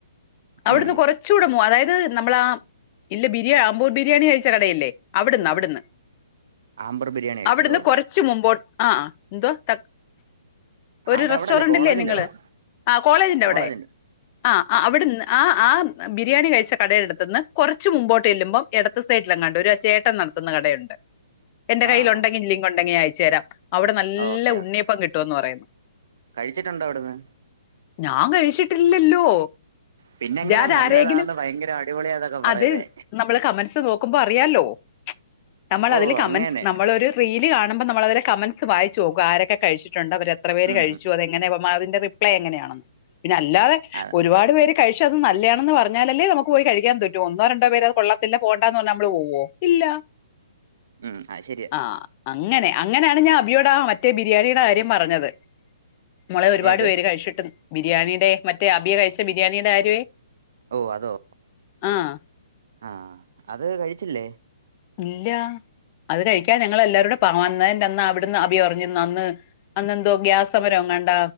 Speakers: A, on the left; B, on the right.
A: അവിടുന്ന്
B: ഉം
A: കുറച്ചുടെ മു അതായത് നമ്മള ആം ഇല്ല ബിരിയാ അമ്പൂർ ബിരിയാണി അകായ്ച്ച കട ഇല്ലേ അവിടുന്ന് അവിടുന്ന്
B: ആമ്പർ ബിരിയാണി കഴിച്ചതോ
A: അവിടുന്ന് കൊറച്ച് മുമ്പോ ആഹ് ആഹ് എന്ത്‌വാ തക് ഒരു
B: അതവിടല്ലേ
A: റെസ്റ്റോറന്റില്ലേ
B: കോളേജിന്റെ
A: നിങ്ങള്
B: അവിടെ
A: ആഹ് കോളേജിന്റെ
B: കോളേജ്ണ്ട്
A: അവിടെ ആഹ് ആഹ് അവിടുന്ന് ആഹ് ആഹ് ബിരിയാണി കഴിച്ച കടെഎടുത്തുന്ന് കുറച്ച് മുമ്പോട്ട് ചെല്ലുമ്പോ എടത്തു സൈഡിലെങ്ങാണ്ട് ഒരു ചേട്ടൻ നടത്തുന്ന കടഉണ്ട് എന്റെ കയ്യിൽ
B: ആണോ
A: ഉണ്ടങ്കി ലിങ്ക് ഉണ്ടങ്ങി അയച്ചു തരാം അവിടെ നല്ല
B: ഓക്കെ
A: ഉണ്ണിയപ്പം
B: ഓക്കെ
A: കിട്ടുഎന്ന് പറയുന്നു
B: കഴിച്ചിട്ടുണ്ടോ അവിടുന്ന്
A: ഞാൻ കഴിച്ചിട്ടില്ലല്ലോ.
B: പിന്നെ എങ്ങനെ
A: ഞാൻ
B: നല്ലതാന്ന്
A: ആരേങ്കിലും
B: ഭയങ്കര അടിപൊളിയാന്നൊക്കെ പറയുന്നേ
A: അത് നമ്മള് കമൻസ് നോക്കുമ്പോ അറിയാല്ലോ. നമ്മള്
B: ഓ
A: അതില് കമൻറ്സ്
B: അങ്ങനെ
A: നമ്മളൊരു റീല് കാണ ണുമ്പം നമ്മളതില് കമന്റ്സ് വായിച്ചോക്കും. ആരൊക്കെ കഴിച്ചിട്ടുണ്ട്. അവര് എത്ര പേര്
B: ഉം
A: കഴിച്ചു. അതങ്ങനെ അതിന്റെ റി പ്ലൈ എങ്ങനെയണെന്ന്. പിന്നെ അല്ലാതെ
B: അത
A: ഒരുപാട് പേര് കഴിച്ച അത് നല്ലയാണെന്ന് പറഞ്ഞാല് അല്ലേ നമുക്ക് പോയി കഴിക്കാൻ പറ്റോ? ഒന്നോ, രണ്ടോ പേര് അത് കൊള്ളത്തില്ല പോണ്ടാന്ന് പറഞ്ഞാൽ നമ്മൾ പോവോ ഇല്ല.
B: ഉം അത് ശരിയാ
A: ആ അങ്ങനെ അങ്ങനെയാണ് ഞാൻ അ അബിയോട ആ മറ്റേ ബിരിയാണിയുടെ കാര്യം പറഞ്ഞത് മോളെ ഒരുപാട്
B: ഏത്
A: പേര് കഴിച്ചിട്ടു ബിരിയാണീടെ മറ്റേ അബി കഴിച്ച ബിരിയാണീടെ കാര്യമേ
B: ഓഹ് അതോ.
A: ആഹ്
B: ആഹ് അത് കഴിച്ചില്ലേ?
A: ഇല്ല. അത് കഴിക്കാൻ ഞങ്ങള് എല്ലാരുംടെ വന്നേന്റ അന്നാ അവ്ടുന്ന് അഭി പറിഞ്ഞി അന്ന് അന്നെന്തോ ഗ്യാസ് സമരം എങ്ങാണ്ട